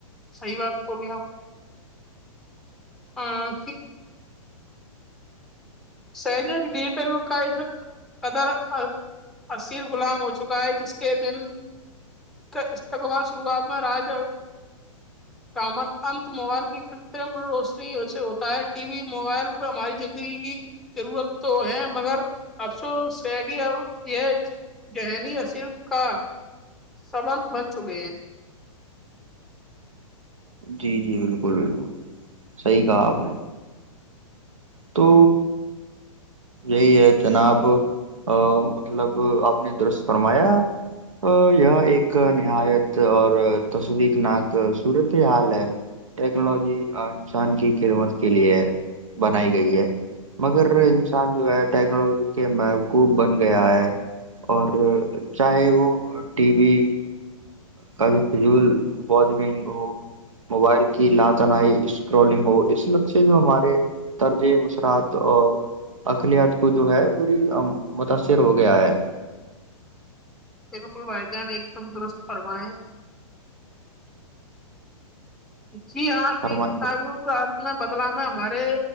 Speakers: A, in the centre; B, on the right.
A: صحیح بات بلی آپ نےھیک سج ڈیجیٹل کا قدر ایر غلام ہو چکا ہے جس کے د استقبال شروعات میں رج کامت انت موبائل کی کرتم روشنی سے ہوتا ہے ٹی وی موبائل ہماری زندگی کی ضرورت تو ہے مگر افسوس ہے کہ اب یہ ذہنی اصر کا سبند بن چکے ہیں
B: جی جی بالکل بالکل صحیح کہا آپ نے تو یہی ہے جناب مطلب آپ نے درست فرمایا یہ ایک نہایت اور تصویقناک صورت فی حال ہے ٹیکنالوجی انسان کی خدمت کے لیے بنائی گئی ہے مگر انسان جو ہے ٹیکنالوجی کے مقوب بن گیا ہے اور چاہے وہ ٹی وی کا جو فول ونگ ہو موبائل کی لااتنائی اسکرولنگ ہو اس لف سے جو ہمارے طرج مشرات اور اقلت کو جو ہے پوری متاثر ہو گیا ہے
A: بالکل بھائی جان ایک دم درست فرمئے جی ہاں
B: فرمائیں
A: ایک کام رہ اس میں بدلا میں ہمارے